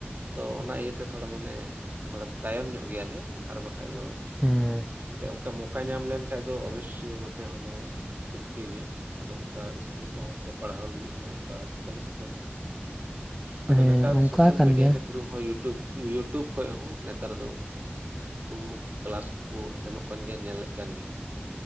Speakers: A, on the right; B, in the centre.
A: ᱛᱚ ᱚᱱᱟ ᱤᱭᱟᱹᱛᱮ ᱛᱷᱚᱲᱟ ᱢᱟᱱᱮ ᱛᱷᱚᱲᱟ ᱛᱟᱭᱚᱢ ᱧᱚᱜ ᱜᱮᱭᱟ ᱞᱮ ᱟᱨ ᱵᱟᱠᱷᱟᱡ ᱫᱚ
B: ᱦᱮᱸ
A: ᱮᱱᱛᱮᱫ ᱚᱱᱠᱟ ᱢᱚᱠᱟ ᱧᱟᱢ ᱞᱮᱱᱠᱷᱟᱱᱡ ᱫᱚ ᱚᱵᱚᱥᱥᱚᱭ ᱱᱚᱛᱮ ᱦᱚᱸᱞᱮ ᱪᱮᱫ ᱠᱮ ᱜᱮᱭᱟ ᱟᱫᱚ ᱚᱱᱠᱟ ᱤᱥᱠᱩᱞ ᱠᱚᱦᱚᱸ ᱥᱮ ᱯᱟᱲᱦᱟᱣ ᱞᱟᱹᱜᱤᱫ ᱦᱚᱸ ᱚᱱᱠᱟ ᱵᱟᱹᱱᱩᱜ ᱠᱚᱣᱟ ᱟᱫᱚ
B: ᱦᱮᱸ
A: ᱱᱮᱛᱟᱨ ᱫᱚ
B: ᱚᱱᱠᱟ
A: ᱥᱳᱥᱟᱞ
B: ᱠᱟᱱ
A: ᱢᱤᱰᱤᱭᱟ
B: ᱜᱮᱭᱟ
A: ᱠᱮ ᱛᱷᱨᱩ ᱦᱚᱸ ᱤᱭᱩᱴᱩᱵᱽ ᱤᱭᱩᱴᱩᱵᱽ ᱠᱷᱚᱡ ᱦᱚᱸ ᱱᱮᱛᱟᱨ ᱫᱚ ᱠᱩ ᱠᱮᱞᱟᱥ ᱠᱩ ᱮᱢᱚᱜ ᱠᱟᱱ ᱜᱮᱭᱟ ᱧᱮᱞ ᱞᱮᱫ ᱠᱟᱱ ᱜᱮᱭᱟ